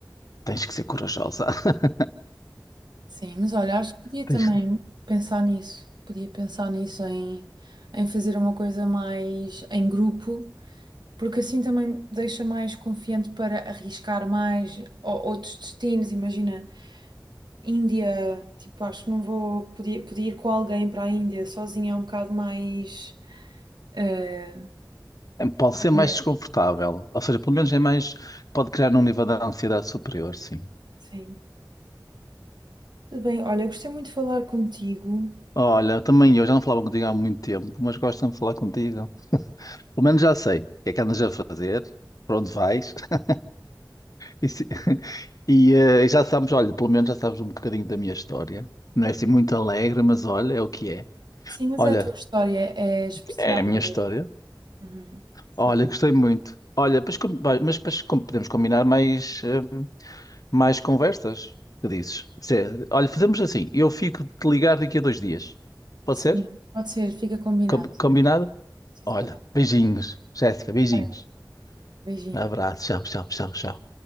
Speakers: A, on the left; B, on the right.
A: tens que ser corajosa. <laughs>
B: Sim, mas olha, acho que podia
A: Tens
B: também
A: que-
B: pensar nisso. Podia pensar nisso em, em fazer uma coisa mais em grupo, porque assim também deixa mais confiante para arriscar mais ou- outros destinos. Imagina, Índia, tipo, acho que não vou. Podia, podia ir com alguém para a Índia sozinha, é um bocado mais. eh,
A: é, Pode ser mais
B: É.
A: desconfortável, ou seja, pelo menos é mais, pode criar um nível de ansiedade superior, sim.
B: sim. Tudo bem, olha, eu gostei muito de falar contigo.
A: Olha, também eu já não falava contigo há muito tempo, mas gosto de falar contigo. Pelo menos já sei o que é que andas a fazer, para onde vais. <laughs> E, se- e, eh, já sabes, olha, pelo menos já sabes um bocadinho da minha história. Não é assim muito alegre, mas olha, é o que é.
B: Sim, mas
A: Olha,
B: é a tua história é especial,
A: é a minha
B: não
A: história.
B: é? Uhum. Sim.
A: Olha, gostei muito. Olha, pois com- vai, mas pois com- podemos combinar mais, eh, mais conversas. que dizes? Se- olha, fazemos assim. Eu fico de te ligar daqui a dois dias. Pode
B: Sim,
A: ser?
B: pode ser, fica combinado.
A: Com- Combinado?
B: Tudo
A: Olha,
B: bem.
A: beijinhos. Jéssica, beijinhos.
B: Bem, Beijinho.
A: Abraço. Tchau, tchau, tchau, tchau.